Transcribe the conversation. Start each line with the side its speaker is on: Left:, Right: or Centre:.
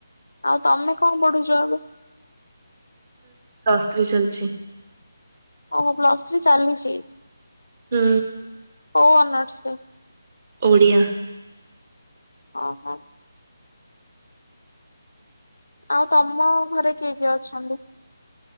Left: ଆଉ ତମେ କଣ୍ଟ ପଢ଼ୁଛ ଏବେ?
Right: ପ୍ଲସଥ୍ରୀ ଚାଲଚି।
Left: ଓହୋ, ପ୍ଲସଥ୍ରୀ ଚାଲିଚି।
Right: ହୁଁ।
Left: କୋଉ ଅନର୍ସ?
Right: ଓଡ଼ିଆ।
Left: ଅ ହଁ। ଆଉ ତମ ଘରେ କିଏ କିଏ ଅଛନ୍ତି?